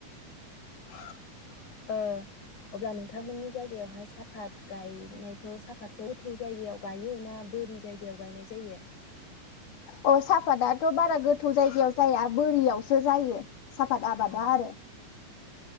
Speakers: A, on the left; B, on the left.
A: <inaudible>
B: ओ अब्ला नोंथांमोननि जायगायावहाय साफात गायनायखौ साफात गोथौ जायगायाव गायो ना बोरि जायगायाव गायनाय जायो
A: अ साहाफादाथ' बारा गो गोथौ जायगायाव जाया बोरियावसो जायो । साफाद आबादा
B: औ
A: आरो